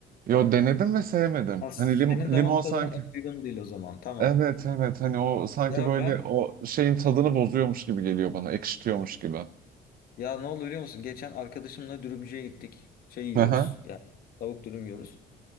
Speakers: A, on the right; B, on the left.
A: yo denedim ve sevmedim
B: Ha, senin
A: hani lim-
B: damak
A: limon sanki
B: tadına en uygun değil o zaman. Tamam.
A: Evet evet hani o sanki
B: Ya
A: böyle
B: ben
A: o şeyin tadını bozuyormuş gibi geliyor bana ekşitiyormuş gibi.
B: ya ne oldu biliyor musun? Geçen arkadaşımla dürümcüye gittik. Şey yiyoruz.
A: Aha.
B: Yani tavuk dürüm yiyoruz.